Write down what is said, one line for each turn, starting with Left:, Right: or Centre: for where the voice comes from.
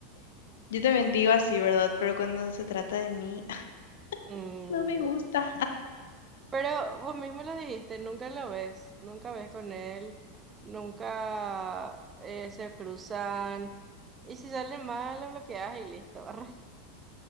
Left: yo también digo así, ¿verdad? Pero cuando se trata de mí, <laughs>
Right: Mm,
Left: no me gusta.
Right: Pero vos mismo lo dijiste, nunca lo ves, nunca ves con él, nunca eh, se cruzan. Y si sale mal, lo bloqueas y listo. <laughs> arre.